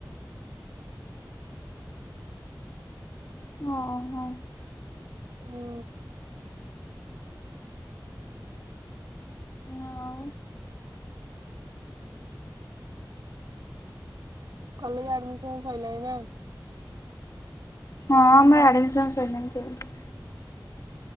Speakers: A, on the left; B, on the right.
A: ଓହୋ।
B: ହୁଁ।
A: ଆଉ
B: କଲେଜ୍ ଆଡମିସନ ସଇଲାଣି ନା?
A: ହଁ ଆମର ଆଡମିସନ ସଇଲାଣି କେବେଠୁ।